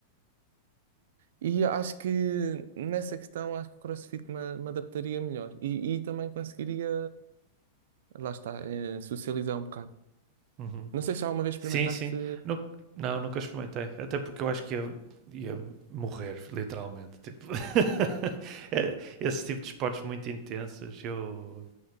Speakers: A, on the right; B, on the right.
A: e acho que nessa questão, acho que o CrossFit me, me adaptaria melhor e, e também conseguiria, lá está, eh, socializar um bocado.
B: Uhum.
A: Não sei se alguma vez experimentaste.
B: Sim, sim. Nu- não, nunca experimentei. Até porque eu acho que ia, ia morrer, literalmente. Tipo, <laughs> é- esse tipo de esportes muito intensos, eu